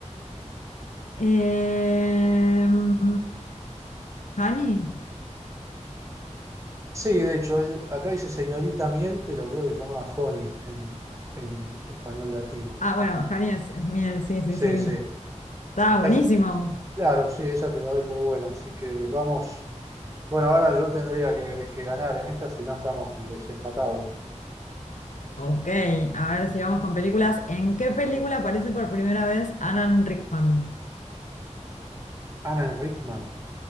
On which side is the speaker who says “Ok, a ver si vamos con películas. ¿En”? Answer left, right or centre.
Left